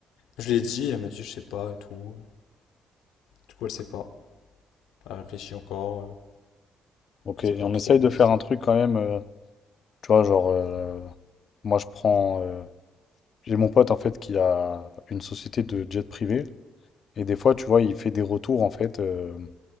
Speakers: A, on the left; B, on the left.
A: Je lui ai dit, elle m'a dit, je sais pas et tout. Du coup, elle sait pas. Elle réfléchit encore. euh,
B: Ok,
A: C'est
B: et
A: pas
B: on
A: trop.
B: essaye de faire un truc quand même. euh, Tu vois, genre, euh, moi, je prends. euh, j'ai mon pote, en fait, qui a une société de jet privé. Et des fois, tu vois, il fait des retours, en fait. euh,